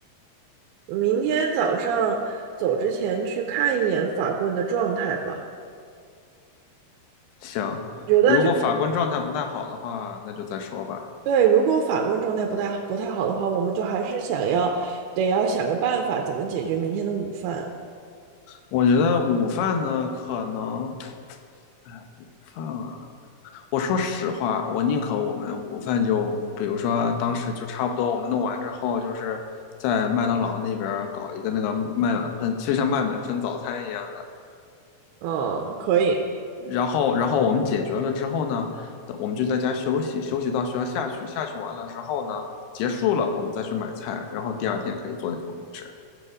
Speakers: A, on the right (about 80°); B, on the left (about 90°).
A: 明天早上走之前去看一眼法棍的状态吧。
B: 行，
A: 觉得就
B: 如果法官状态不太好的话，那就再说吧。
A: 对，如果法棍状态不太不太好的话，我们就还是想要得要想个办法，怎么解决明天的午饭。
B: 我觉得午饭呢，可能，哎，午饭啊，我说实话，我宁可我们午饭就，比如说当时就差不多，我们弄完之后，就是在麦当劳那边搞一个那个麦满分，就像麦满分早餐一样。
A: 嗯，可以。
B: 然后，然后我们解决了之后呢，我们就在家休息，休息到学校下去，下去完了之后呢，结束了，我们再去买菜，然后第二天可以做点东西吃。